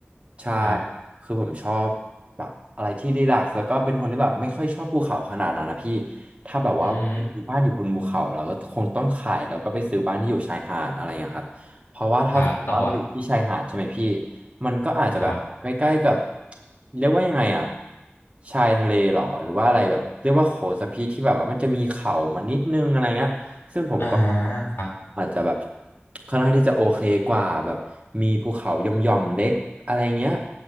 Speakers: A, on the right; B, on the left.
A: ใช่
B: ครับ
A: คือผมชอบแบบอะไรที่รีแลกซ์แล้วก็เป็นคนที่แบบไม่ค่อยชอบภูเขาขนาดนั้นนะพี่ถ้าแบบว่าวันหนึ่งมีบ้านอยู่บนภูเขาเราก็คงต้องขายแล้วก็ไปซื้อบ้านที่อยู่ชายหาดอะไรเงี้ยครับ
B: อืม
A: เพราะว่าถ้าสมมติว่าเราอยู่ที่ชายหาดใช่ไหมพี่
B: ครับแต่ว่า
A: มันก็อาจจะแบบใกล้ๆกับ
B: ครับ
A: เรียกว่ายังไงอ่ะชายทะเลหรอหรือว่าอะไรแบบเรียกว่าโขสพีที่แบบว่ามันจะมีเขามานิดนึงอะไรเงี้ยซึ่งผมก็
B: อ่าครับ
A: อาจจะแบบค่อนข้างที่จะโอเคกว่าแบบมีภูเขาหย่อมๆเล็กอะไรเงี้ย